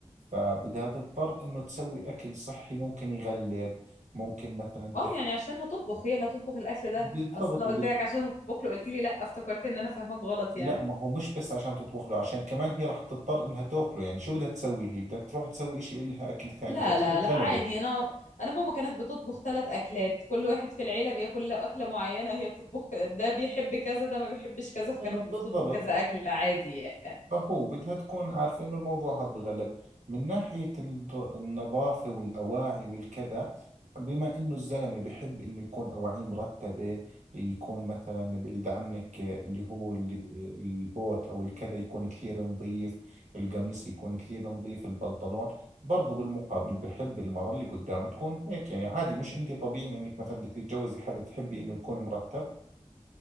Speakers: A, on the right (about 75°); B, on the left (about 75°).
A: فبدها تضطر إنه تسوي أكل صحي ممكن يغلب ممكن مثلا
B: اه
A: تحت
B: يعني عشان هتطبخ هي اللي هتطبخ الاكل ده
A: بالضبط
B: اصل انا
A: وبد...
B: قلت لك عشان هتطبخ له قلت لي لا افتكرت ان انا فاهمك غلط
A: لا
B: يعني
A: ما هو مش بس عشان تطبخ له عشان كمان هي راح تضطر إنها تاكله يعني شو بدها تسوي هي بدها تروح تسوي إشي إلها أكل ثاني
B: لا
A: فبصير
B: لا لا
A: غلبة
B: عادي انا انا ماما كانت بتطبخ ثلاث اكلات كل واحد في العيله بياكل له اكله معينه هي بتطبخ ده بيحب كذا ده ما بيحبش كذا فكانت
A: أيوة بالضبط
B: بتطبخ كذا اكل عادي يعني
A: فهو بدها تكون عارفة إنه الموضوع هذا بغلب من ناحية الر- النظافة والأواعي والكذا بما إنه الزلمة بحب إنه يكون أواعيه مرتبة يكون مثلا بعيد عنك اللي هو اللي ب- البوت أو الكذا يكون كثير نظيف القميص يكون كثير نظيف البنطلون برضو بالمقابل بحب المرة اللي قدامه تكون هيك يعني عادي مش أنت طبيعي إنك مثلا بدك تتجوزي حدا تحبي إنه يكون مرتب